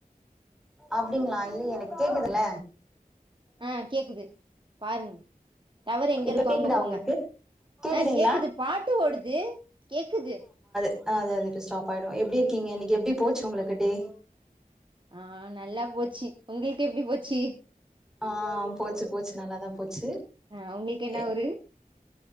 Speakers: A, in the centre; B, on the right.
A: அப்படிங்களா இல்ல எனக்கு கேக்குதுல
B: ஆ கேக்குது பாருங்க டவரு எங்க
A: இப்ப
B: இருக்கோ
A: கேக்குதா
B: அங்க போங்க
A: உங்களுக்கு கேக்குதுங்களா
B: அ கேக்குது பாட்டு ஓடுது கேக்குது
A: ஆ அது அது இப்ப ஸ்டாப் ஆயிடு எப்டி இருக்கீங்க இன்னைக்கு எப்டி போச்சு உங்களுக்கு டே
B: ஆ நல்லா போச்சி உங்களுக்கு எப்டி போச்சி
A: ஆ போச்சு போச்சு நல்லாதா போச்சு
B: ஆ உங்களுக்கு என்ன
A: எ
B: ஊரு